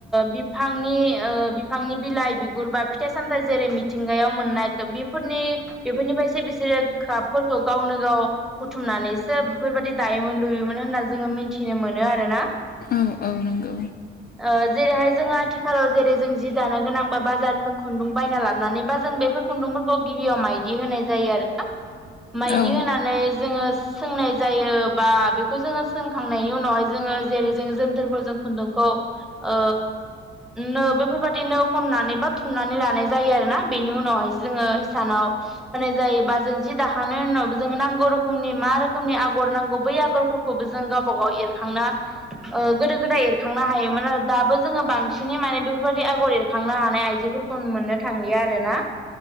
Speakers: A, in the centre; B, on the left.
A: बिफांनि ओ बिफांनि बिलाइ बिगुर बा फिथाइ सामथायाइ जेरै मिथिंगायाव मोननाय बेफोरनि बेफोरनिफ्रायसो बिसोरो काबफोरखौ गावनो गाव बुथुमनानैसो बेफोरबायदि दायोमोन लुयोमोन होनना जोङो मिथिनो मोनो आरोना।
B: औ औ नंगौ।
A: ओ जेरैहाय जोङो आथिखालाव जेरै जों जि दानो गोनां बा बाजारनिफ्राय खुन्दुं बायना लाबोनानै बा जों बेफोर खुन्दुंफोरखौ गिबियाव मायदि होनाय जायो आरोना माइदि
B: औ
A: होनानै जोङो सोंनाय जायो बा बेखौ जोङो सोंखांनायनि उनावहाय जोङो जेरै जोङो जोनथोरफोरजों खुन्दुंखौ ओ नो बेफोरबाददि नो खननानै बा थुननानै लानाय जायो आरो ना बेनि उनावहायसो जोङो इसानाव होनाय जायोबा जों जि दाखानाय उनाव जों नांगौ रोखोमनि मा रोखोमनि आगर नांगौ बै आगरफोरखौ खौबो जों गावबा गाव एरखांना ओ गोदो गोदाय एरखांनो हायोमोन आरो दाबो जोङो बांसिनै माने बेफोरबायदि आगर एर खांनो हानाय आइजोफोरखौ मोननो थांलिया आरोना।